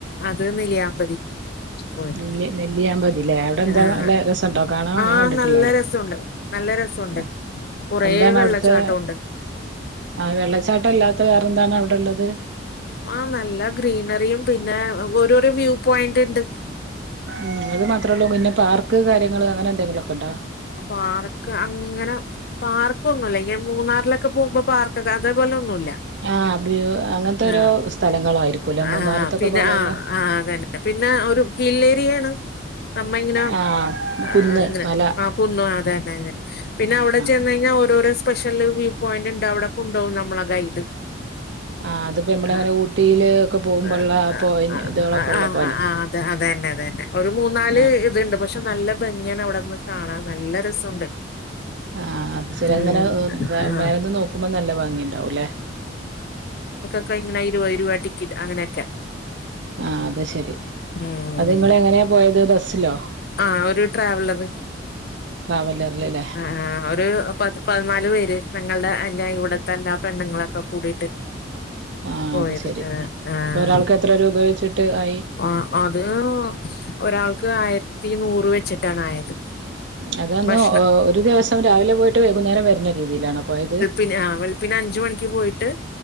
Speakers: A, on the left; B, on the right.
A: അത് നെല്ലിയാമ്പതി പോയിട്ടുണ്ട്
B: നെല്ലി നെല്ലിയാമ്പതി തിലേ അവിടെ എന്താ
A: ആഹ്
B: നല്ല രസണ്ടോ കാണാൻ
A: ആഹ്
B: ഞാൻ കണ്ടിട്ടില്ല
A: നല്ല
B: അവടെ
A: രസമുണ്ട് നല്ല രസമുണ്ട്
B: ഏ
A: കൊറേ
B: എന്താണ്
A: വെള്ളച്ചാട്ടമുണ്ട്
B: അവിടുത്തെ ആഹ് വെള്ളച്ചാട്ടല്ലാത്ത വേറെന്താണ് അവിടെള്ളത്
A: ആഹ് നല്ല ഗ്രീനറിയും പിന്നെ ഓരോരോ വ്യൂ പോയിന്റ്ണ്ട്
B: ഉം അത് മാത്രേള്ളൂ പിന്നെ പാർക്ക് കാര്യങ്ങള് അങ്ങനെ എന്തെങ്കിലൊക്കെ ഇണ്ടോ
A: പാർക്ക് അങ്ങനെ പാർക്കൊന്നുല്ല ഇങ്ങനെ മൂന്നാറിലൊക്കെ പോവ്മ്പോ പാർക്കൊക്കെ അതേപോലെ ഒന്നുല്ല
B: ആ വ്യൂ അങ്ങനത്തെ ഓരോ
A: ആഹ്
B: സ്ഥലങ്ങളായിരിക്കുംല്ലേ മൂന്നാറത്തൊക്കെ
A: ആഹ് ആഹ് പിന്നെ
B: പോലെയുള്ള
A: ആഹ് ആഹ് അതെ പിന്നെ ഒരു ഹിൽ ഏരിയയാണ് നമ്മ ഇങ്ങനെ
B: ആ
A: ഏ
B: കുന്ന്
A: ഇങ്ങനെ
B: മല
A: <unintelligible> ആഹ് കുന്നും അതന്നെ അതന്നെ പിന്നെ
B: ആ
A: അവടെ
B: ആ
A: ചെന്നഴിഞ്ഞാ ഓരോരോ സ് സ്പെഷ്യല് വ്യൂ പോയിന്റ്ണ്ട് അവിടെ കൊണ്ടോവും നമ്മളെ ഗൈഡ്
B: ആ അതിപ്പോ നമ്മള അങ്ങനെ
A: ആഹ്
B: ഊട്ടിയില് ഒക്കെ പോകുമ്പോള്ള
A: ആഹ് ആഹ്
B: പോയി ഇതകളൊക്കെ
A: ആഹ്
B: ഉള്ള
A: ആഹ്
B: പോലെ
A: ആഹ് അത് അതന്നെ അതന്നെ ഒരു മൂന്ന് നാല്
B: ആ
A: ഇത്ണ്ട് പക്ഷെ നല്ല ഭംഗിയാണ് അവിടെന്ന് കാണാൻ നല്ല രസമുണ്ട്
B: ആഹ് അത് ചരിങ്ങനെ
A: ഉം ആഹ്
B: മേലെന്ന് നോക്കുമ്പോ നല്ല ഭാംഗിണ്ടാവുംല്ലേ
A: ഉങ്ങനെ ഇരുപത് രൂപ ടിക്കറ്റ് അങ്ങനെയൊക്കെ
B: ആഹ് അത്ശരി
A: ഉം
B: അത് നിങ്ങള് എങ്ങനെയാ പോയത് ബസ്സിലോ
A: ആഹ് ഒരു ട്രാവലറ്
B: ട്രാവലറ്ല് അല്ലേ
A: ആഹ് ആഹ് ഒരു പ പതിനാല് പേര് ഞങ്ങളുടെ അല്ല ഇവിടത്തെ എല്ലാ പെണ്ണുങ്ങളൊക്കെ കൂടിട്ട്
B: ആഹ്
A: പോയത്
B: അത് ശരി
A: ആഹ് ആഹ്
B: അപ്പൊ ഒരാൾക്ക് എത്ര രൂപ വെച്ചിട്ട് ആയി
A: ആഹ് അത് ഒരാൾക്ക് ആയിരത്തി നൂറ് വെച്ചിട്ടാണ് ആയത്
B: അതന്ന്
A: ഭക്ഷണം
B: ഒരു ദിവസം രാവിലെ പോയിട്ട് വൈകുന്നേരം വരുന്ന രീതിയിലാണോ പോയത്
A: പിന്നെ ആഹ് വെളുപ്പിന് അഞ്ച് മണിക്ക് പോയിട്ട്